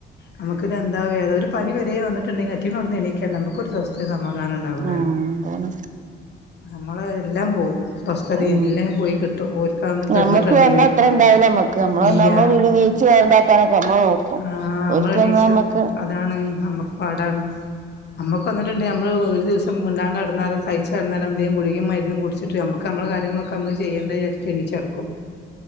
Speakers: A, on the left (about 60°); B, on the right (about 40°).
A: നമുക്കിത് എന്താ ഏതാ ഒരു പനി വരെ വന്നിട്ടണ്ടെങ്കിൽ അയ്റ്റിങ്ങൾ അവിടെന്ന് എണീക്ക നമുക്കൊരു സ്വസ്ഥതേം സമാധാനം ഉണ്ടാവൂലാല്ലോ
B: ആഹ് അതാണ്
A: നമ്മൾ എല്ലാം പോകും. സ്വസ്ഥതേം
B: ഉം
A: എല്ലാം പോയി കിട്ടും ഓല്ക് ആവന്ന് കെടന്നിട്ട്ണ്ടെങ്കി
B: ഞമ്മക്ക് വന്നാ അത്ര ഇണ്ടാവൂല നമ്മക്ക് നമ്മള്
A: ഇല്ല്യ
B: വന്നാ നമ്മളെ വീട് നീച്ച് ഇതാക്കാനൊക്കെ നമ്മള് നോക്കും
A: ആഹ് നമ്മളണീച്ച്
B: ഓൽക്കന്നാ നമ്മക്ക്
A: അതാണ് നമ്മക്ക് പാടാണ് നമ്മക്ക് വന്നിട്ട്ണ്ടെങ്കി നമ്മള് ഒരു ദിവസം മിണ്ടാണ്ട് നടന്നാലും സഹിച്ച് നടന്നാലും എന്തേലും ഗുളികിം മരുന്നും കുടിച്ചിട്ട് നമ്മക്ക് നമ്മ കാര്യങ്ങളൊക്കെ നമ്മ ചെയ്യേണ്ടെ വിചാരിച്ചിട്ട് എണീച്ചെടുക്കും